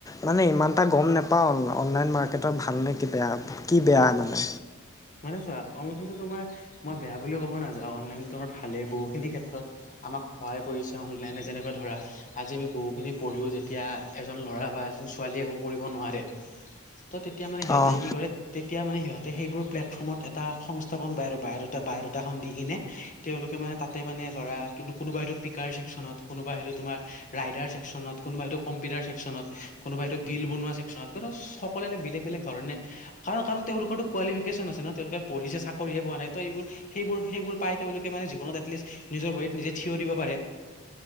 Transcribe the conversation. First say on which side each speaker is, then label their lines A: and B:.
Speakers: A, on the left; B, on the left.
A: মানে ইমান এটা গম নোপাওঁ অনলাইন মাৰ্কেটৰ ভালনে কি বেয়া কি বেয়া মানে।
B: মানে চোৱা অনলাইনতো তোমাৰ মই বেয়া বুলিও ক'ব নাযাওঁ অনলাইনতো তোমাৰ ভালেই বহুখিনি ক্ষেত্ৰত। আমাক সহায় কৰিছে অনলাইনে যেনেকুৱা ধৰা- আজি আমি বহুখিনি পঢ়িও যেতিয়া এজন ল'ৰা বা এজন ছোৱালী একো কৰিব নোৱাৰে। তো তেতিয়া মানে সিহঁতে
A: অঁ
B: কি কৰে তেতিয়া মানে সিহঁতে সেইবোৰ- প্লেটফৰ্মত এটা সংস্থাপন পায় আৰু বায়েৰটে বায়েৰটে এখন দি কিনে তেওঁলোকে মানে তাতে মানে ধৰা কিন্তু! কোনোবা সটোক ছেকচনত কোনোবাইটো তোমাৰ- ৰাইডাৰ চেকছনত কোনোবা এইটো কম্পিউটাৰ চেকছনত কোনোবাই এইটো গিল বনোৱা চেকছনত সকলোৱে বেলেগ বেলেগ ধৰণে কাৰণ কাৰণ তেওঁলোকোতো কোৱালিটি লোকেচন আছে ন তেওঁলোকে পঢ়িছে চাকৰিয়ে পোৱা নাই ত এইবোৰ- সেইবোৰ সেইবোৰ পাই তেওঁলোকে মানে জীৱনত এটলিষ্ট নিজৰ ভৰিত নিজে থিয় দিব পাৰে।